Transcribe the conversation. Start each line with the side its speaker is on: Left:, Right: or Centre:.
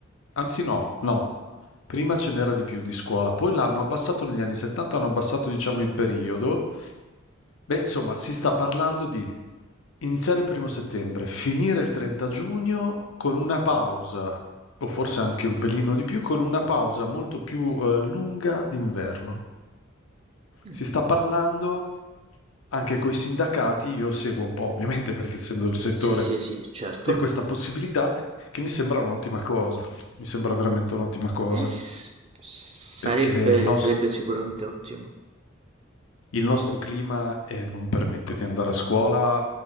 Left: anzi no, no, prima ce n'era di più di scuola, poi l'hanno abbassato negli anni '70, hanno abbassato diciamo il periodo Beh, insomma, si sta parlando di iniziare il primo settembre, finire il 30 giugno con una pausa, o forse anche un pelino di più, con una pausa molto più, ehm, lunga d'inverno.
Right: Mm.
Left: Si sta parlando anche coi sindacati, io seguo un po' ovviamente perché essendo del settore,
Right: Sì, sì, sì, certo.
Left: di questa possibilità, che mi sembra un'ottima cosa, mi sembra veramente un'ottima cosa.
Right: Eh, s- sarebbe,
Left: Perché il nos
Right: sarebbe sicuramente ottimo.
Left: il nostro clima eh, non permette di andare a scuola